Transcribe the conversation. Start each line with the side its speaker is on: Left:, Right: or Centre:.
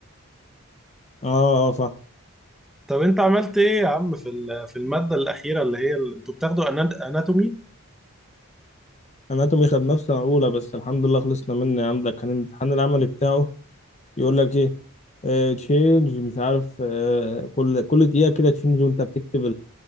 Left: اه اه فاهم
Centre: طب انت عملت ايه يا عم في ال- في المادة الأخيرة اللي هي ال- انتوا بتاخدوا أنا- اناتومي
Left: اناتومي خد نفسنا اولى بس الحمد لله خلصنا منه يا عم ده كان الامتحان العملي بتاعه يقول لك ايه تشينج مش عارف آه كل كل دقيقة كده تشينج وانت بتكتب